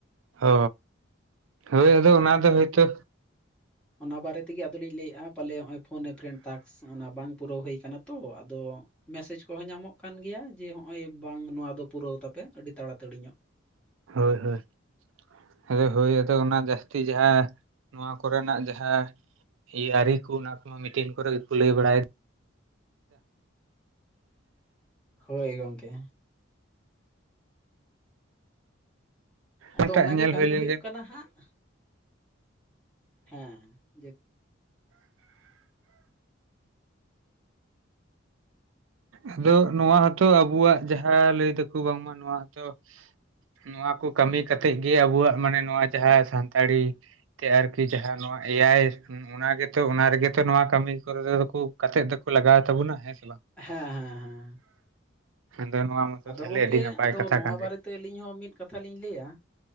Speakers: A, on the right; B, in the centre.
A: ᱚ ᱦᱳᱭ ᱟᱫᱚ ᱚᱱᱟ ᱫᱚ ᱦᱳᱭᱛᱳ
B: ᱚᱱᱟ ᱵᱟᱨᱮ ᱛᱮᱜᱮ ᱟᱫᱚᱞᱤᱧ ᱞᱟᱹᱭᱮ-ᱟ ᱯᱟᱞᱮ ᱱᱚᱜᱚᱭ ᱯᱷᱳᱱ ᱮ ᱯᱷᱨᱮᱱ ᱴᱟᱠᱥ ᱚᱱᱟ ᱵᱟᱝ ᱯᱩᱨᱟᱹᱣ ᱦᱩᱭ ᱠᱟᱱᱟ ᱛᱚ ᱟᱫᱚ ᱢᱮᱥᱮᱡᱽ ᱠᱚᱦᱚᱸ ᱧᱟᱢᱚᱜ ᱠᱟᱱ ᱜᱮᱭᱟ ᱡᱮ ᱦᱸᱚᱜ-ᱚᱭ ᱵᱟᱝ ᱱᱚᱣᱟ ᱫᱚ ᱯᱩᱨᱟᱹᱣ ᱛᱟᱯᱮ ᱟᱹᱰᱤ ᱛᱟᱲᱟᱛᱟᱹᱲᱤ ᱧᱚᱜ
A: ᱦᱳᱭ ᱦᱳᱭ ᱟᱫᱚ ᱦᱩᱭ ᱟᱫᱚ ᱚᱱᱟ ᱡᱟᱹᱥᱛᱤ ᱡᱟᱦᱟᱸ ᱱᱚᱣᱟ ᱠᱚᱨᱮᱱᱟᱜ ᱡᱟᱦᱟᱸ ᱮ ᱟᱹᱨᱤ ᱠᱚ ᱚᱱᱟ ᱠᱚ ᱢᱟ ᱢᱴᱤᱱ ᱠᱚᱨᱮ ᱜᱮᱠᱚ ᱞᱟᱹᱭ ᱵᱟᱲᱟᱭᱮᱫ
B: ᱦᱳᱭ ᱜᱚᱝᱠᱮ ᱟᱫᱚ
A: ᱚᱱᱟᱴᱟᱜ
B: ᱚᱱᱟᱜᱮ
A: ᱧᱮᱞ
B: ᱠᱟᱹᱢᱤ
A: ᱦᱩᱭ ᱞᱮᱱᱜᱮ
B: ᱦᱩᱭᱩᱜ ᱠᱟᱱᱟ ᱦᱟᱸᱜ ᱦᱮᱸ ᱡᱮ
A: ᱟᱫᱚ ᱱᱚᱣᱟ ᱦᱚᱸᱛᱚ ᱟᱵᱚᱣᱟᱜ ᱡᱟᱦᱟᱸ ᱞᱟᱹᱭ ᱫᱟᱠᱩ ᱵᱟᱝᱢᱟ ᱱᱚᱣᱟ ᱦᱚᱛᱚ ᱱᱚᱣᱟ ᱠᱚ ᱠᱟᱹᱢᱤ ᱠᱟᱛᱮᱜ ᱜᱮ ᱟᱵᱚᱣᱟᱜ ᱢᱟᱱᱮ ᱱᱚᱣᱟ ᱡᱟᱦᱟᱸ ᱥᱟᱱᱛᱟᱲᱤ ᱛᱮ ᱟᱨᱠᱤ ᱡᱟᱦᱟᱸ ᱱᱚᱣᱟ ᱮ ᱟᱭ ᱚᱱᱟᱜᱮᱛᱚ ᱚᱱᱟ ᱨᱮᱜᱮᱛᱚ ᱱᱚᱣᱟ ᱠᱟᱹᱢᱤ ᱠᱚᱫᱚᱠᱩ ᱠᱟᱛᱮᱫ ᱫᱚᱠᱚ ᱞᱟᱜᱟᱣ ᱛᱟᱵᱚᱱᱟ ᱦᱮᱸ ᱥᱮ ᱵᱟᱝ
B: ᱦᱮᱸ ᱦᱮᱸ ᱦᱮᱸ
A: ᱟᱫᱚ ᱱᱚᱣᱟ ᱢᱚᱛᱚ
B: ᱟᱫᱚ
A: ᱛᱟᱦᱚᱞᱮ
B: ᱜᱚᱢᱠᱮ
A: ᱟᱹᱰᱤ ᱱᱟᱯᱟᱭ
B: ᱟᱫᱚ
A: ᱠᱟᱛᱷᱟ
B: ᱱᱚᱣᱟ
A: ᱠᱟᱱ
B: ᱵᱟᱨᱮᱛᱮ
A: ᱜᱮ
B: ᱟᱹᱞᱤᱧ ᱦᱚᱸ ᱢᱤᱫ ᱠᱟᱛᱷᱟ ᱞᱤᱧ ᱞᱟᱹᱭᱟ